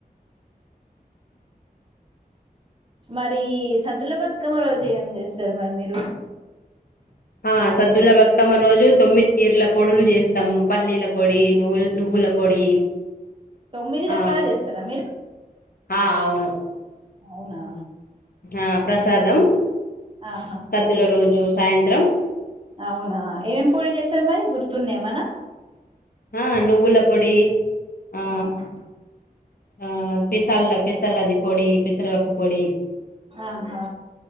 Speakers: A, on the right; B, on the left.
A: మరి సదుల బతుకమ్మ రోజు ఏం చేస్తారు మరి మీరు
B: ఆ సద్దుల బతుకమ్మ రోజు తొమ్మిది తీరుల పొడులు చేస్తాం పల్లీల పొడి నువ్వు నువ్వు పల్లీల పొడి
A: తొమ్మిది
B: ఆ
A: రకాలు చేస్తారా మీరు
B: ఆ అవును
A: అవునా
B: ఆ ప్రసాదం
A: ఆహా
B: సద్దుల రోజు సాయంత్రం
A: అవునా ఏం పొడి చేస్తరు మరి గుర్తునాదా ఏమన్న
B: ఆ నువ్వుల పొడి ఆ
A: ఆహా
B: ఆ పెసల్ల పెసల్ అది పోడి పెసరవపు పోడి
A: ఆహా